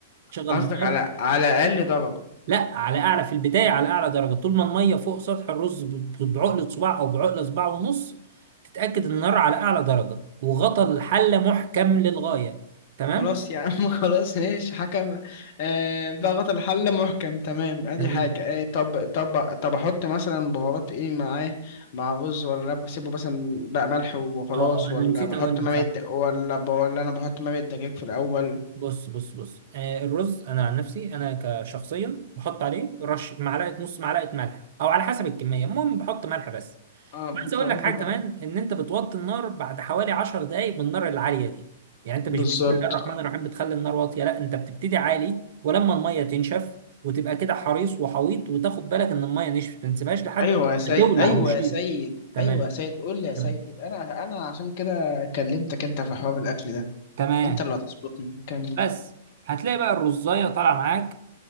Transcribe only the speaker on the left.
قصدك على على اقل درجه
خلاص يا عم <laughs> خلاص ماشي حكم آه ضغط الحل محكم تمام ادي
حاجه آه طب طب طب احط مثلا بهارات ايه معاه مع رز ولا بسيبه مثلا بقى ملح وخلاص
ولا
بحط
مرقه
د- ولا ب... ولا انا بحط مرقه دجاج في الاول
اه بحط
بحط
مع-
بالظبط
آه.
ايوه يا سيد
ايوه
يا سيد
ايوه يا سيد قول لي يا سيد
انا انا عشان كده كلمتك انت في حوار الاكل ده
انت اللي هتظبطني كمل